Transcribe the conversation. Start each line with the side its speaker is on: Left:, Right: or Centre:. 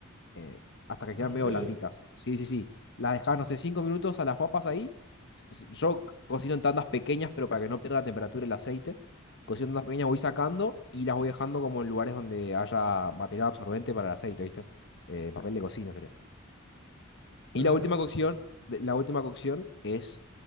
Left: eh, hasta que
Right: Ah,
Left: quedan
Right: sí,
Left: medio blanditas. Sí, sí, sí. Las dejas, no sé, cinco minutos a las papas ahí. S- s- Yo cocino en tandas pequeñas, pero para que no pierda la temperatura y el aceite. Cocino en tandas pequeñas, voy sacando y las voy dejando como en lugares donde haya material absorbente para el aceite, ¿viste? Eh, papel de cocina sería.
Right: pero
Left: Y la
Right: entonces,
Left: última cocción, de- la última cocción es